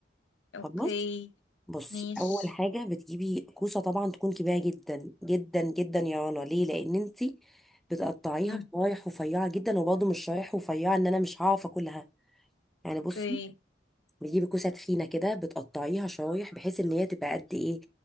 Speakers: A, on the left (about 85°); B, in the centre.
A: اوكي
B: خلاص بصي
A: ماشي
B: اول حاجه بتجيبي كوسه طبعا تكون كبيره جدا جدا جدا يا رنا ليه لان انت بتقطعيها
A: مم.
B: شرايح رفيعه جدا وبرضه مش شرايح رفيعه ان انا مش هعرف اكلها يعني بصي
A: اوكي
B: بتجيبي كوسه تخينه كده بتقطعيها شرايح بحيث ان هي تبقى قد ايه